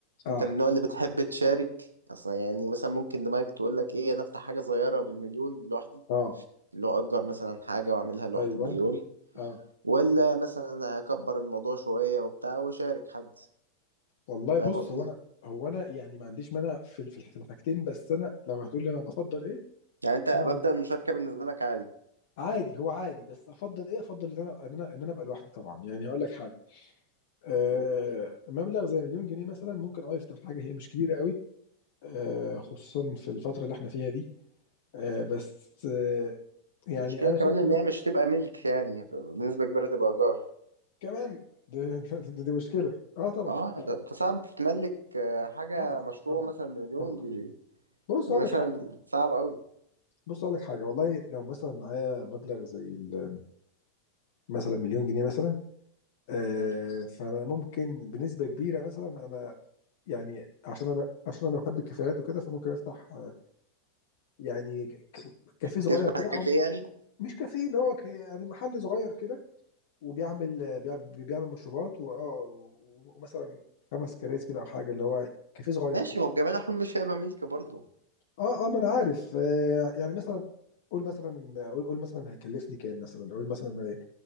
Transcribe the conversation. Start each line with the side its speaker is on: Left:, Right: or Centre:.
Left: اه
Right: انت من النوع اللي بتحب تشارك اصلا يعني مثلا ممكن دماغك تقول لك ايه انا افتح حاجة صغيرة بالمليون لوحدي
Left: اه
Right: اللي هو اجر مثلا حاجة واعملها لوحدي
Left: ايوه
Right: بمليون
Left: اه
Right: ولا مثلا اكبر الموضوع شويه وبتاع واشارك حد
Left: والله بص
Right: فاهم قصدي
Left: هو انا هو انا يعني ما عنديش مانع في ال- في ال- في الحاجتين بس انا لو هتقول لي انا بفضل ايه
Right: يعني انت
Left: طبعا
Right: مبدأ المشاركه بالنسبه لك عادي
Left: عادي هو عادي بس افضل ايه افضل ان انا ان انا ان انا ابقى لوحدي طبعا يعني هقول لك حاجة آه،
Right: قول
Left: مبلغ زي مليون جنيه مثلا ممكن اه يفتح حاجه هي مش كبيره قوي آه، خصوصا في الفتره اللي احنا فيها دي آه، بس آه، يعني
Right: المشكله
Left: انا
Right: كمان
Left: شايف
Right: ان
Left: انه
Right: هي مش تبقى ملك يعني بنسبه كبيره تبقى ايجار
Left: كمان <laughs> دي, دي, دي مشكله اه طبعا
Right: اه
Left: فعلا
Right: ده انت صعب تتملك آه، حاجه
Left: طبعا
Right: مشروع
Left: طبعا
Right: مثلا بمليون
Left: طبعا
Right: دي
Left: بص
Right: دي
Left: اقول
Right: مثلا
Left: لك حاجه
Right: صعب قوي
Left: بص اقول لك حاجه والله لو مثلا معايا مبلغ زي ال- مثلا مليون جنيه مثلا آه،
Right: مم.
Left: فانا ممكن بنسبه كبيره مثلا انا يعني عشان انا عشان انا بحب الكافيهات وكده فممكن افتح آه، يعني ك- كافيه صغير
Right: تفتح
Left: كده
Right: كافيه يعني
Left: مش كافيه اللي هو ك- يعني محل صغير كده وبيعمل بيعمل, بيعمل مشروبات واه و- ومثلا خمس كراسي كده او حاجه اللي هو كافيه صغير
Right: ماشي
Left: كده
Right: ما هو في جميع الأحوال مش هيبقى ملك برضه
Left: اه اه ما انا عارف آه يعني مثلا قول مثلا قول قول مثلا هيكلفني كام مثلا قول مثلا هي-